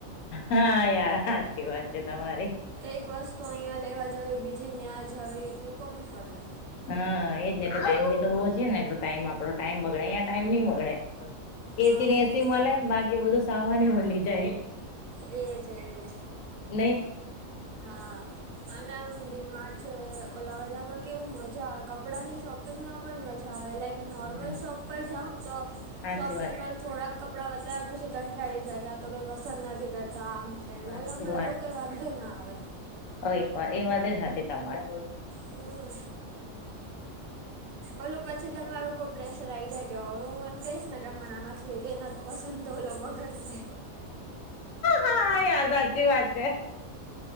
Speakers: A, on the left; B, on the right.
A: હા, યાર સાચી વાત છે તમારી
B: એક વસ્તુ અહિયાં લેવા જવી બીજી ન્યા જવી એટલું કોણ ફરે,
A: હા, એજ એટલે ટાઈમ બી તો હોવ જોઈએ એ ટાઈમ આપો ટાઈમ બગડે અયા ટાઈમ નઈ બગડે એસી
B: હા
A: ને
B: એજ
A: એસી મળે બાકી બધું સામાન મળી જાય...
B: એજ એજ
A: નહીં
B: હા, અને આમ ડીમાટ છે ઓલા બધામા કેવું મજા આવે કપડાંની શોપિંગમાં પણ મજા આવે, લાઈક નોર્મલ
A: હા
B: શોપ પર જાઉ ને તો
A: સાચી
B: શોપિંગ
A: વાત
B: પર
A: છે.
B: થોડાક કપડા બતાયા પછી કં ટાળી જાય કા તો કઈ પસંદ નથી કરતા આમ તેમ ઓલામા
A: સાચી વાત
B: એવું કઈ વાંધો ના આવે.
A: એક વાર એ વાતે સાચી તમારી
B: હમ ઓલું પછી તમારા
A: <unintelligible> <unintelligible>
B: ઉપર પ્રેશર આવી જાય કે હવે હું એમ કહીશ, ગમના આમાંથી એકેય નથી પસંદ તો ઓલો બગડશે,
A: હા, યાર સાચી વાત છે.